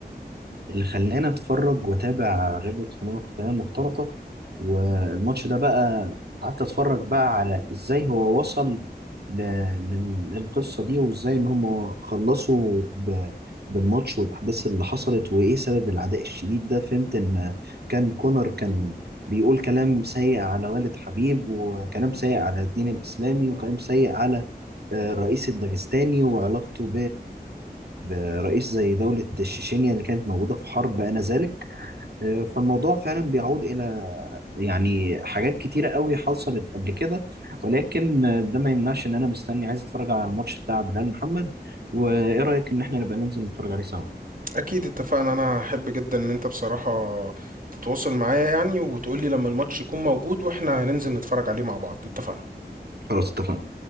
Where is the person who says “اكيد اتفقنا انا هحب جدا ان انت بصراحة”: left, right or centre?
Right